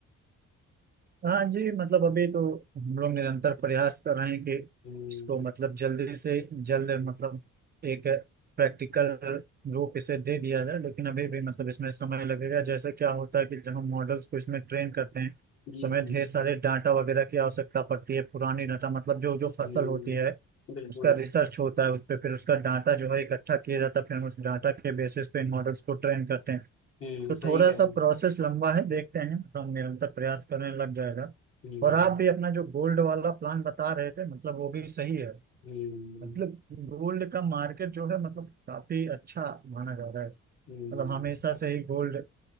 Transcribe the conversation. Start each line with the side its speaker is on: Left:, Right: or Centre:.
Right: हाँ जी मतलब अभी तो हम लोग निरंतर प्रयास कर रहे हैं कि
Left: हम्म
Right: इसको मतलब जल्दी से जल्द मतलब एक प्रैक्टिकल रूप इसे दे दिया जाए लेकिन अभी भी मतलब इसमें समय लगेगा जैसे क्या होता है कि जब हम मॉडल्स को इसमें ट्रेन करते हैं
Left: जी
Right: तो हमें
Left: जी
Right: ढेर सारे डाटा वगैरह की आवश्यकता पड़ती है पुरानी डाटा मतलब जो जो फसल
Left: हम्म
Right: होती है
Left: बिल्कुल
Right: उसका रिसर्च होता है उस पर फिर उसका डाटा जो है इकट्ठा किया जाता है फिर हम उस डाटा के बेसिस पे इन मॉडल्स को ट्रेन करते हैं
Left: हम्म
Right: तो
Left: सही
Right: थोड़ा
Left: कह
Right: सा
Left: रहे हैं
Right: प्रोसेस लंबा है देखते हैं हम निरंतर प्रयास करने लग जाएगा
Left: हम्म
Right: और आप भी अपना जो गोल्ड वाला प्लान बता रहे थे मतलब वो भी सही है
Left: हम्म
Right: मतलब गोल्ड का मार्केट जो है मतलब काफी अच्छा माना जा रहा है मतलब
Left: हम्म
Right: हमेशा से ही गोल्ड